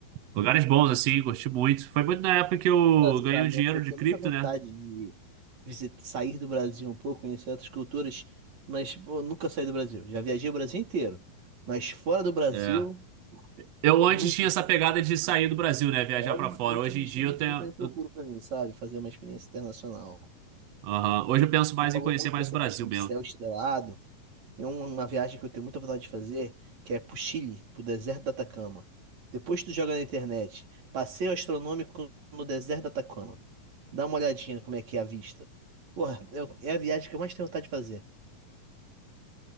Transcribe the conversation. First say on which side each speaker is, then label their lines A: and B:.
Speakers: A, on the right; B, on the right.
A: Lugares bons, assim, curti muito. Foi muito na época que eu
B: Engraçado,
A: ganhei o dinheiro
B: né? Pô, tenho
A: de cripto,
B: muita vontade
A: né?
B: de visit- sair do Brasil um pouco, conhecer outras culturas, mas pô, nunca saí do Brasil. Já viajei o Brasil inteiro, mas fora do Brasil,
A: É. Eu
B: nunca,
A: antes tinha essa pegada de
B: nunca
A: sair
B: fui.
A: do Brasil, né? Viajar
B: É o,
A: pra fora.
B: é o
A: Hoje
B: tipo de
A: em
B: experiência
A: dia eu tenho.
B: que eu também procuro
A: eu-
B: pra mim, sabe? Fazer uma experiência internacional.
A: Aham. Hoje eu penso mais
B: Tu falou
A: em conhecer
B: muito
A: mais
B: dessa
A: o Brasil
B: questão do
A: mesmo.
B: céu estrelado. Tem uma, uma viagem que eu tenho muita vontade de fazer, que é pro Chile, pro deserto do Atacama. Depois tu joga na internet, passeio astronômico no deserto do Atacama. Dá uma olhadinha como é que é a vista. Porra, é, é a viagem que eu mais tenho vontade de fazer.